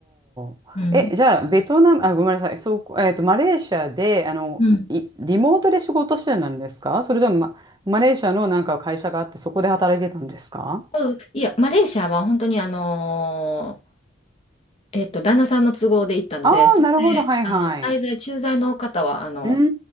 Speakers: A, on the right (about 20°); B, on the left (about 30°).
A: お、
B: うん。
A: え、じゃあ、ベトナム、あ、ごめんなさい。そう、えっと、マレーシアで、あの、
B: うん
A: いリモートで仕事してたんですかそれとも、ま、マレーシアのなんか会社があって、そこで働いてたんですか
B: うん、いや、マレーシアは本当にあのーえっと、旦那さんの都合で行ったので、
A: ああー、
B: そこで、
A: なるほど。はいはい。
B: あの、滞在、駐在の方は、あの、
A: うー